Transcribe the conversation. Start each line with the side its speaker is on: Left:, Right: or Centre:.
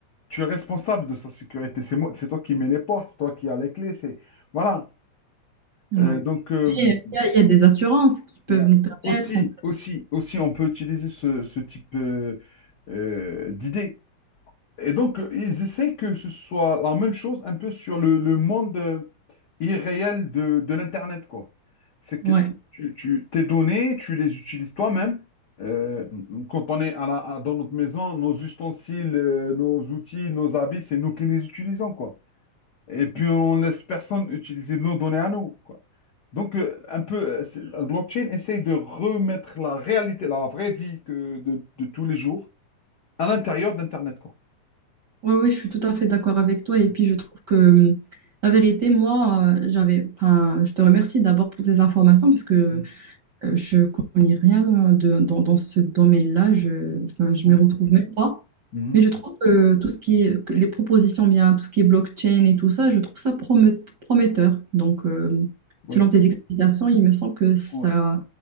Left: tu es responsable de sa sécurité. C'est moi, c'est toi qui mets les portes, c'est toi qui as les clés. C'est voilà.
Right: ouais.
Left: Euh, donc euh,
Right: Mais, euh, Il y a, il y a des assurances qui peuvent
Left: il y a-
Right: nous permettre.
Left: aussi,
Right: en-
Left: aussi, aussi, on peut utiliser ce, ce type euh, euh, d'idée. Et donc euh, ils essaient que ce soit la même chose un peu sur le, le monde euh, irréel de, de l'internet quoi. C'est que
Right: Ouais,
Left: tu, tu tes données, tu les utilises toi-même. Euh, quand on est à la- à- dans notre maison, nos ustensiles, euh, nos outils, nos habits, c'est nous qui les utilisons, quoi. Et puis, on laisse personne utiliser nos données à nous, quoi. Donc, euh, un peu, euh, c'est- la blockchain essaye de remettre la réalité, la vraie vie que de, de tous les jours à l'intérieur d'Internet, quoi.
Right: ouais, ouais, je suis tout à fait d'accord avec toi. Et
Left: Mm,
Right: puis je trouve que euh, la vérité, moi, euh, j'avais. enfin, je te remercie d'abord pour ces informations parce que
Left: mm,
Right: Euh, Je connais rien euh, de- dans, dans ce domaine-là. Je, enfin, je
Left: ouais,
Right: m'y retrouve même pas.
Left: mhm,
Right: Mais je trouve que tout ce qui est, que les propositions bien, tout ce qui est blockchain et tout ça, je trouve ça promet- prometteur. Donc, euh, selon
Left: Oui,
Right: tes explications, il me semble que ça,
Left: oui,